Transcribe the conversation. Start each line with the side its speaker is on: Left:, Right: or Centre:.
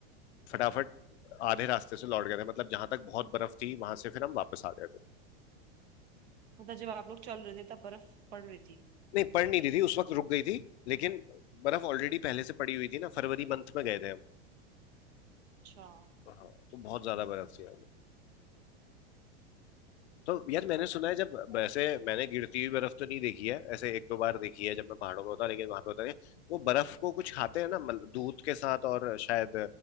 Left: फटाफट आधे रास्ते से लौट गए थे मतलब जहां तक बहुत बर्फ थी वहां से फिर हम वापस आ गए थे
Right: मतलब जब आप लोग चल रहे थे तब बर्फ पड़ रही थी
Left: नहीं पड़ नहीं रही थी उस वक्त रुक गई थी लेकिन बर्फ ऑलरेडी पहले से पड़ी हुई थी ना फरवरी मंथ
Right: हाँ,
Left: में गए थे हम
Right: अच्छा
Left: हाँ तो बहुत ज्यादा बर्फ थी तो यार मैंने सुना है जब वैसे मैंने गिरती हुई बर्फ तो नहीं देखी है ऐसे एक दो बार देखी है जब मैं पहाड़ों में होता लेकिन वहां पे होता नहीं वो बर्फ को कुछ खाते हैं ना मतलब दूध के साथ और शायद